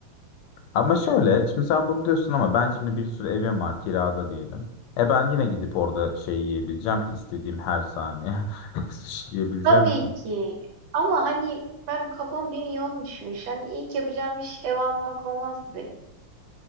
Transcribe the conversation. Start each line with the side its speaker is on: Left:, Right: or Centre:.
Left: Ama şöyle, şimdi sen bunu diyorsun ama ben şimdi bir sürü evim var kirada diyelim. E ben yine gidip orada şey yiyebileceğim ki istediğim her saniye <laughs> sushi yiyebileceğim
Right: tabii
Left: ki.
Right: ki. Ama hani ben kafam bir milyon düşmüş. Hani ilk yapacağım iş ev almak olmazdı benim.